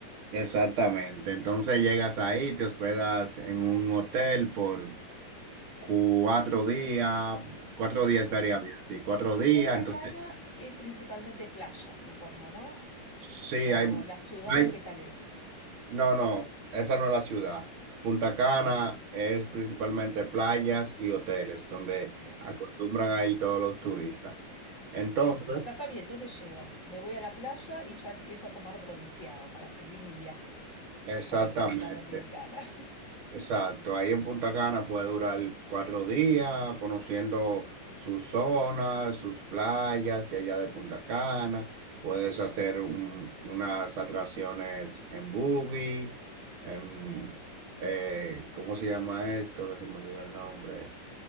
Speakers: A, on the right; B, on the left.
A: Exactamente. Entonces llegas ahí, te hospedas en un hotel por cuatro días. Cuatro
B: Sí.
A: días estaría bien, sí, cuatro días.
B: Punta
A: Entonces,
B: Cana es principalmente playa, supongo, ¿no?
A: sí,
B: O
A: hay,
B: la ciudad,
A: hay-
B: ¿qué tal es?
A: No, no, esa no es la ciudad. Punta Cana es principalmente playas y hoteles donde
B: Bien,
A: acostumbran a ir todos los turistas.
B: bien.
A: Entonces,
B: O sea, está bien, entonces llego. Me voy a la playa y ya empiezo a tomar bronceado para seguir mi viaje
A: exactamente.
B: por República Dominicana.
A: Exacto, ahí en Punta Cana puede durar cuatro días conociendo sus zonas, sus playas de allá de Punta Cana. Puedes hacer un- unas atracciones en buggy, en,
B: <laughs> Bien.
A: eh, ¿cómo se llama esto? Que se me olvidó el nombre.